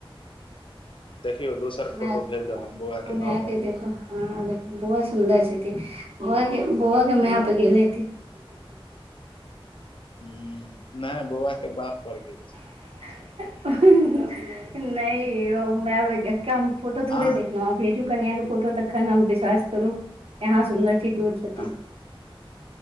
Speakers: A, on the left; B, on the right.
A: देखियौ दोसर
B: माय
A: फोटो भेज देलहुँ बौआके
B: माय
A: नॉर्मल
B: के देखो
A: फोटो।
B: हँ देख बौआ सुन्दर छैथिन बौआ बौआ के मैय पे गेल हेथीन।
A: हूं नहि बौआ के बाप पड़ गेल छै।
B: हें हें हें नहि यौ मैय पे गेल हुनकर हम फोटो थोड़े
A: आह
B: देख हाँ भेजू कनिया के फोटो तखन हम विश्वास करू कि अहाँ सुंन्दर छी की ओ छथिन
A: आ